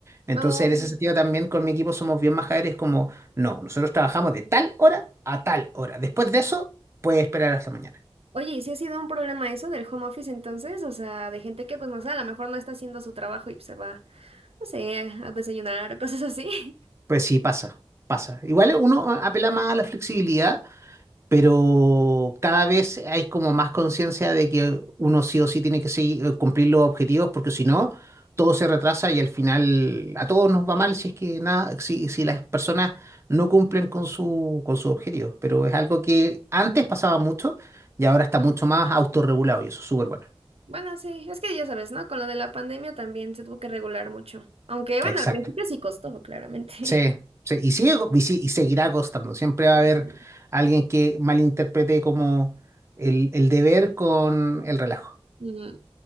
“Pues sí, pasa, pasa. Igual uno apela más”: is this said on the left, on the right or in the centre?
Right